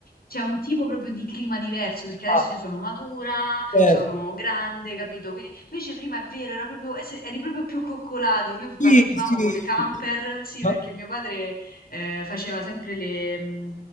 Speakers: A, on the left; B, on the left.
A: c'è un tipo proprio di clima diverso, perché adesso
B: Ah,
A: io sono matura,
B: certo.
A: sono grande, capito? Quindi invece prima è vero, era proprio, es- eri proprio più coccolato, noi
B: Sì,
A: partivamo
B: sì.
A: col camper, sì,
B: Ah,
A: perché mio padre eh, faceva sempre le... mm,